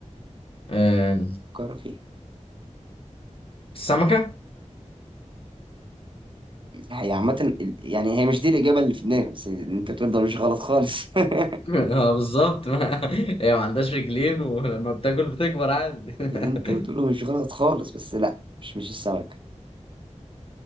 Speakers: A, on the left (about 50°); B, on the right (about 40°).
A: آه،
B: فكر فيها
A: السمكة
B: هي عامة يعني هي مش دي الإجابة اللي في دماغي بس اللي أنت بتقوله ده مش غلط خالص <laughs>
A: <laughs> اه بالظبط ما هي ما عندهاش رجلين ولما بتاكل بتكبر عادي
B: اللي أنت
A: <laughs>
B: بتقوله مش غلط خالص بس لأ مش مش السمكة